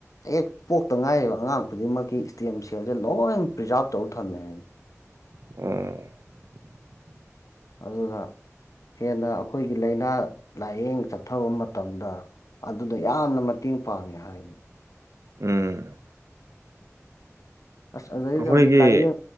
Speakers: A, on the left; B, on the right.
A: ꯍꯦꯛ ꯄꯣꯛꯇ ꯉꯥꯏꯔꯤꯕ ꯑꯉꯥꯡ ꯈꯨꯗꯤꯡꯃꯛꯀꯤ ꯏꯁꯇꯦꯝ ꯁꯦꯜꯁꯦ ꯂꯣꯏ ꯄ꯭ꯔꯤꯖꯥꯕ ꯇꯧꯔ ꯊꯝꯃꯦ ꯍꯥꯏꯅꯤ
B: <unintelligible>
A: ꯑꯗꯨꯅ ꯍꯦꯟꯅ ꯑꯩꯈꯣꯏꯒꯤ ꯂꯥꯏꯅꯥ ꯂꯥꯏꯌꯦꯡ ꯆꯠꯊꯕ ꯃꯇꯝꯗ ꯑꯗꯨꯗ ꯌꯥꯝꯅ ꯃꯇꯦꯡ ꯄꯥꯡꯉꯦ ꯍꯥꯏꯕꯅꯤ
B: ꯎꯝ
A: ꯑꯁ ꯑꯗꯨꯗꯩꯗꯤ
B: ꯑꯩꯈꯣꯏꯒꯤ
A: ꯍꯧꯖꯤꯛ ꯂꯥꯛꯏꯌꯦ